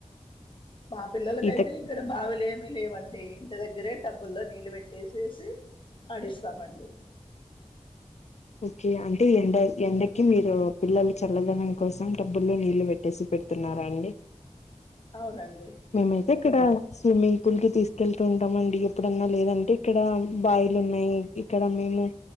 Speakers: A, on the left; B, on the left.
A: మా పిల్లలకైతే
B: ఈతకి
A: ఇక్కడ బావులేం లేవండి ఇంటి దగ్గరే టబ్బుల్లో నీళ్ళు పెట్టేసేసి ఆడిస్తామండి
B: ఓకే అంటే ఎండ ఎండకి మీరు పిల్లలు చల్లదనం కోసం డబ్బుల్లో నీళ్ళు పెట్టేసి పెడుతున్నారా అండి
A: అవునండి
B: మేమైతే ఇక్కడ స్విమ్మింగ్ పూల్ కి తీసుకెళ్తూ ఉంటామండి. ఎప్పుడన్నా లేదంటే ఇక్కడ బాయిలు ఉన్నాయి. ఇక్కడ మేము